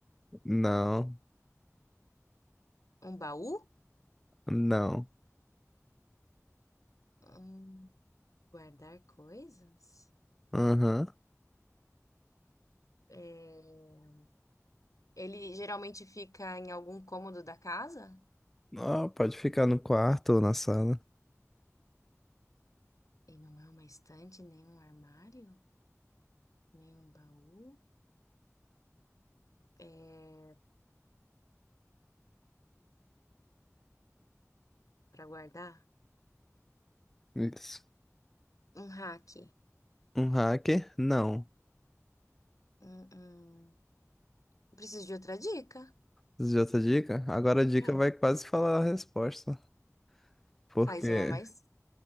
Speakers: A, in the centre; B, on the left (about 80°).
A: não,
B: Um baú?
A: não.
B: Hum, guardar coisas?
A: Aham.
B: É... Ele geralmente fica em algum cômodo da casa?
A: Ó, pode ficar no quarto ou na sala.
B: E não é uma estante, nem um armário, nem um baú. É, para guardar?
A: Isso.
B: Um rack.
A: Um hacker? Não.
B: Hum, hum. Preciso de outra dica.
A: Isso Já outra dica? Agora a dica
B: É,
A: vai quase falar a resposta. Porque
B: faz uma mais.